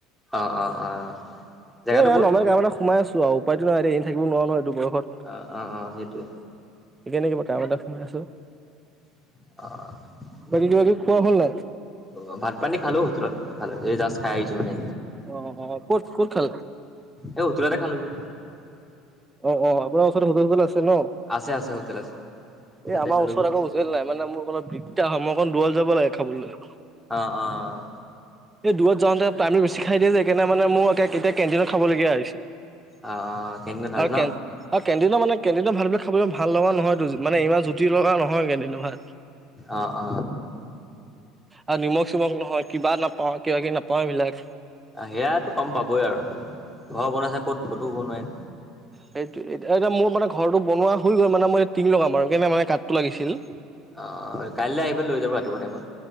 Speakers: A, in the centre; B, on the right (about 20°).
A: অ অ অ জেগাটো
B: এ এনে
A: ক'ত
B: নৰ্মেল কাম এটাত সোমাই আছো আও উপাইটো নাই এতিয়া এনেটো থাকিব নোৱাৰো নহয় এইটো বয়সত।
A: অ অ অ সেইটোৱে।
B: সেই কাৰণে কিবা কাম এটাত সোমাই আছো।
A: অহ।
B: বাকী কিবাকিবি খোৱা হ'ল নাই?
A: অ ভাত পানী খালো হোটেলত খালো এই জাষ্ট খাই আহিছো মানে।
B: অ অ ক'ত ক'ত খালা?
A: এ হোটেলতে খালোগৈ।
B: অ', অ', আপোনাৰ ওচৰতে হোটেল <unintelligible> আছে ন?
A: আছে, আছে, হোটেল আছে।
B: এই
A: তাতে
B: আমাৰ
A: খালোগৈ
B: ওচৰত আকৌ হোটেল নাই, মানে মোৰ অলপ দিগদাৰ হয়, মই অকণ দুৰলে যাব লাগে খাবলৈ
A: অ', অ'।
B: এই দূৰত যাওঁতে <unintelligible> বেছি খাই দিয়ে যে সেকাৰণে মানে মোৰ <unintelligible> এতিয়া কেণ্টিনত খাবলগীয়া হৈছে।
A: অ'। কেণ্টিনত খালে
B: আৰু
A: ন
B: কেন আৰু কেণ্টিনৰ মানে কেণ্টিনৰ ভাতবিলাক খাবলে ভাল লগা নহয়টো মানে ইমান যু টি লগা নহয় কেণ্টিনৰ ভাত।
A: অ অ
B: আৰু নিমখ-চিমখ নহয়, কিবা নাপাওঁ, কিবা-কিবি নাপাওঁ এইবিলাক।
A: অ', সেয়াতো কম পাবই আৰু ঘৰ <unintelligible> ক'ত, ক'তো <unintelligible> নহয়।
B: সেইটোয়ে এতিয়া মোৰ মানে ঘৰটো বনোৱা হৈ গ'ল মানে মই এ টিং লগাম আৰু কেনে মানে কাটটো লাগিছিল।
A: অ', কাইলৈ আহি পেল লৈ যাব ৰাতিপুৱা টাইমত।